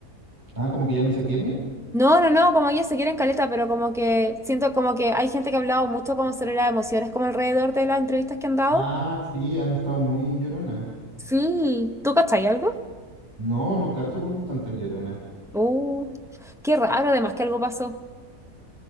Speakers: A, on the right (about 25°); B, in the centre.
A: Ah, como que ya no se quieren.
B: No, no, no, como ellas se quieren caleta, pero como que siento como que hay gente que ha hablado mucho como sobre las emociones, como alrededor de las entrevistas que han dado.
A: Ah, sí, han estado muy lloronas.
B: Sí, ¿tú cachai algo?
A: No, no cacho porque están tan lloronas.
B: Uh, qué raro, además que algo pasó.